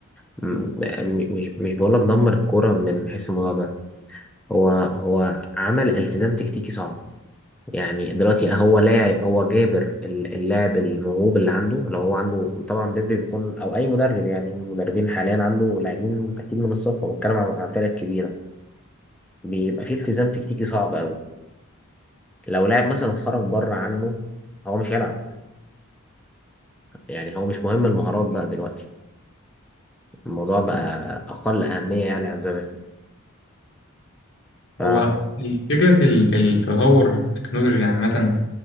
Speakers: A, in the centre; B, on the left.
A: م- م- مش مش بقول لك دمر الكوره من حيث الموضوع ده هو هو عمل التزام تكتيكي صعب يعني دلوقتي هو لاعب هو جابر ال- اللاعب الموهوب اللي عنده لو هو عنده طبعا بيبي بيكون او اي مدرب يعني المدربين حاليا عنده لاعبين اكيد من الصف بتكلم عن عن الفرق الكبيره بيبقى فيه التزام تكتيكي صعب قوي لو لاعب مثلا خرج بره عنه هو مش هيلعب يعني هو مش مهم المهارات بقى دلوقتي الموضوع بقى اقل اهميه يعني عن زمان ف
B: هو فكرة ال- التطور التكنولوجي عامة